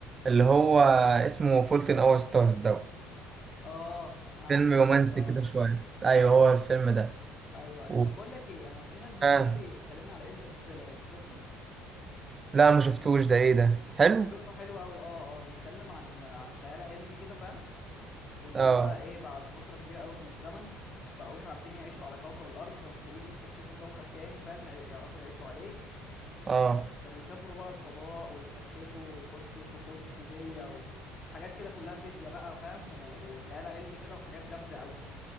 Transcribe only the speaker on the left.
اه انا عارفه
الفيلم ده اه
ايوه ايوه
طب بقول لك ايه انا في ناس بتقول
لي بتكلمني على انترستيلر انت شفته
بيقولوا انه حلو قوي اه اه بيتكلم عن عن خيال علمي كده فاهم والناس
بقى ايه بعد فترة كبيرة قوي من الزمن بقوش عارفين يعيشوا على كوكب الأرض فمحتاجين يستكشفوا كوكب تاني فاهم يع- يعرفوا يعيشوا عليه
فبيسافروا بقى الفضاء ويستكشفوا ويخشوا ثقوب دودية وحاجات كده كلها فيزياء بقى فاهم و- وخيال علمي كده وحاجات جامدة قوي